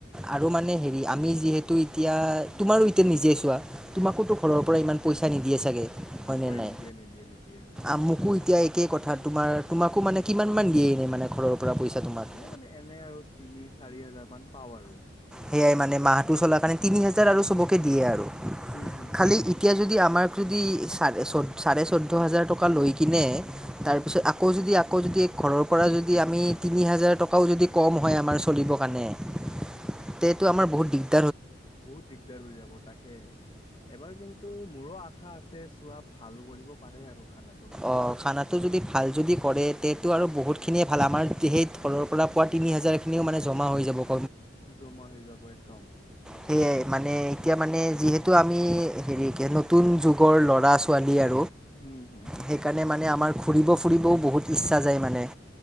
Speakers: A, in the centre; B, on the left.
A: আৰু মানে হেৰি আমি যিহেতু এতিয়া তোমাৰো এতিয়া নিজে তোমাকতো ঘৰৰ পৰা ইমান পইচা নিদি আছিল। গে হয়নে
B: হয়
A: নাই
B: নিদিয়ে নিদিয়ে নিদিয়ে
A: আমাকো এতিয়া একেই কথা তোমাৰ তোমাকো মানে কিমান মান দিয়ে এনেই মানে ঘৰৰ পৰা পইচা তোমাক
B: মোৰ মানে এনে আৰু তিনি চাৰি হাজাৰ মান পাও আৰু
A: সেয়াই মানে মাহটো চলাৰ কাৰণে তিনি হোজাৰ আৰু চবকে দিয়ে আৰু
B: উম হুম
A: খালী
B: হয় হয়।
A: এতিয়া যদি আমাৰ <unintelligible> যদি চাৰে চাৰে চৈধ্য হাজাৰ টকা লৈ কিনে তাৰপিছত আকৌ যদি আকৌ যদি <inaudible> <unintelligible> ঘৰৰ পৰা যদি আমি তিনি হাজাৰ টকাও যদি কম হয় আমাৰ চলিব কাৰণে <inaudible> <unintelligible> সেইটোৱেই আমাৰ বহুত দিশ <inaudible>
B: বহুত দিগদাৰ হৈ যাব তাকে এবাৰ কিন্তু মোৰো আশা আছে <inaudible> চোৱা ভাল কৰিব পাৰে আৰু <unintelligible> গম পাইছা।
A: অ খানা যদি ভাল যদি কৰে তেতিয়াটো আৰু বহুত খিনিয়ে ভাল আমাৰ সেই তলৰ পৰা পোৱা তিনি হাজাৰখিনিও মানে জমা হৈ যাব <inaudible>
B: জমা হৈ যাব একদম
A: সেয়াই মানে এতিয়া মানে যিহেতু আমি হেৰি নতুন যুগৰ ল'ৰা ছোৱালী আৰু
B: হুম-হুম
A: সেইকাৰণে মানে আমাৰ ঘূৰিব ফুৰিবও বহুত ইচ্ছা যায় মানে